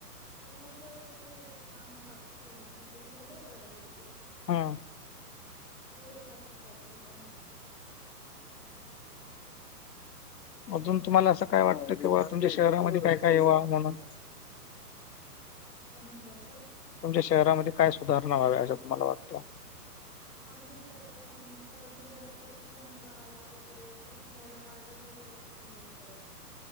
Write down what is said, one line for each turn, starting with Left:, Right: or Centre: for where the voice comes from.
Centre: पण मग त्याचही आता काम बाकी थोडसा म्हणजे झालंय बऱ्यापैकी
Left: हां.
Centre: थोडं बाकी काहीतरी काम.
Left: अजून तुम्हाला असं काय वाटतं की बा तुमच्या शहरामध्ये काय काय येवा म्हणून?
Centre: काय म्हणताय सर?
Left: तुमच्या शहरामध्ये काय सुधारणा वाव्या असं तुम्हाला वाटतं?
Centre: आमच इथे आता सम अ समजा असं, लहान बाळाला वगैरे असं खेळायला गार्डन वगैरे पण नाहीये सर.